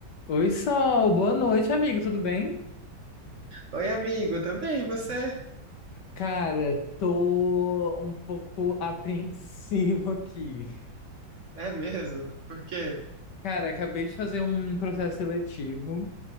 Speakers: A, on the left; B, on the right.
A: Oi, Sol, boa noite, amigo, tudo bem?
B: Oi, amigo, tá bem? E você?
A: Cara, tô um pouco <laughs> apreensivo aqui.
B: É mesmo? Por quê?
A: Cara, acabei de fazer um processo seletivo